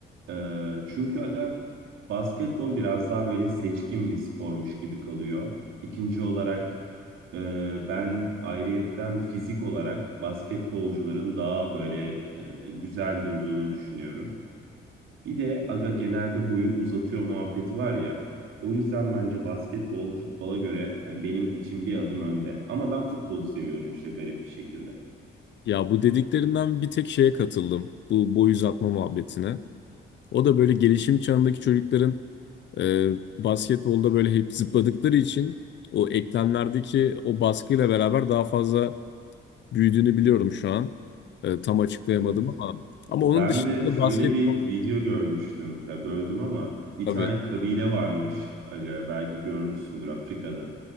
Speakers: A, on the right; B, on the left.
A: Ee, çünkü aga basketbol biraz daha böyle seçkin bir spormuş gibi kalıyor. İkinci olarak e, ben ayrıyetten fizik olarak basketbolcuların daha böyle e, güzel durduğunu düşünüyorum. Bir de aga genelde boyu uzatıyor muhabbeti var ya. O yüzden bence basketbol futbola göre hani benim için bir adım önde. Ama ben futbolu seviyorum işte garip bir şekilde.
B: Ya bu dediklerinden bir tek şeye katıldım. Bu boy uzatma muhabbetine. O da böyle gelişim çağındaki çocukların e, basketbolda böyle hep zıpladıkları için o eklemlerdeki o baskıyla beraber daha fazla büyüdüğünü biliyorum şu an. E, tam açıklayamadım
A: Evet.
B: ama ama
A: Ben
B: onun dışında
A: de şöyle
B: basketbol
A: bir video görmüştüm. Ya böldüm ama bir
B: tabii.
A: tane kabile varmış. Aga, belki görmüşsündür Afrika'da.